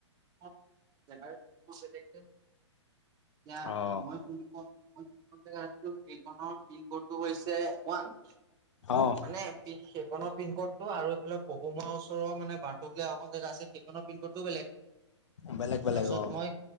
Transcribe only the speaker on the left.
অ', অ',
অ',
বেলেগ বেলেগ
আহ।